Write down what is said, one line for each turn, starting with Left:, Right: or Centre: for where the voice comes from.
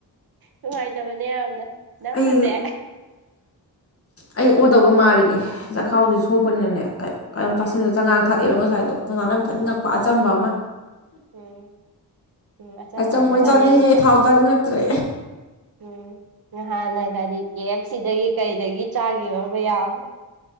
Right: ꯅꯨꯡꯉꯥꯏꯇꯕꯅꯦ ꯌꯥꯝꯅ ꯅꯞꯀꯁꯦ
Left: ꯑꯩ ꯑꯩ ꯑꯣꯗꯩꯒ ꯃꯥꯜꯂꯤꯅꯤ ꯆꯥꯛꯈꯥꯎꯁꯦ ꯁꯣꯛꯄꯅꯤꯅꯅꯦ ꯀꯌꯩꯝ ꯀꯌꯥꯝꯝ
Right: ꯎꯝ
Left: ꯇꯥꯁꯤꯟꯗ ꯆꯉꯥꯡ ꯊꯛꯑꯦꯕ ꯉꯁꯥꯏꯗꯣ ꯆꯉꯥꯡ ꯌꯥꯝ ꯊꯛꯅꯤꯡꯉꯛꯄ ꯑꯆꯝꯕ ꯑꯃ
Right: ꯎꯝ ꯎꯝ ꯑꯆꯝꯕ
Left: ꯑꯆꯝꯕꯣꯏ
Right: ꯑꯃ ꯆꯥꯅꯤꯡꯉꯛꯄ
Left: ꯆꯥꯅꯤꯡꯉꯛꯑꯦ ꯊꯥꯎ ꯆꯥꯅꯤꯡꯉꯛꯇ꯭ꯔꯦ
Right: ꯎꯝ ꯅꯍꯥꯟꯅ ꯒꯥꯔꯤ ꯀꯦꯞ ꯁꯤꯗꯒꯤ ꯀꯔꯤꯗꯒꯤ ꯆꯥꯒꯤꯕ ꯃꯌꯥꯝ